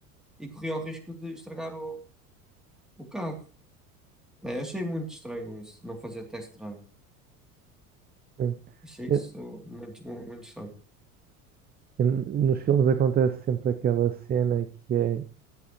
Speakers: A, in the centre; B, on the right (about 20°).
A: e corria o risco de estragar o, o carro. né? eu achei muito estranho isso, não fazer test drive.
B: Sim.
A: Achei
B: Eu-
A: isso muito, muito, muito estranho.
B: eu- Nos filmes acontece sempre aquela cena que é